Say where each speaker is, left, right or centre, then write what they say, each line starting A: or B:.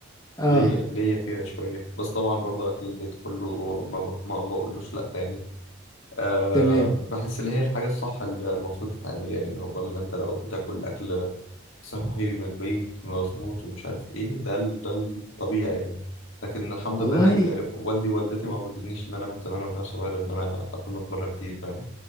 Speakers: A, on the left; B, on the left.
A: اه
B: ليا ليا فيها شوية بس طبعا برضو أكل البيت كله ما, ب... ما بقولوش لأ يعني أه
A: تمام
B: بحس اللي هي الحاجة الصح اللي المفروض تتعمل يعني اللي هو اللي انت لو بتاكل أكل صحي من البيت مظبوط ومش عارف ايه ده ال- ده الطبيعي يعني لكن الحمد
A: والله
B: لله لأن والدي ووالدتي
A: مم.
B: ما ودنيش إن أنا من زمان وأنا صغير إن أنا آكل من بره كتير فاهم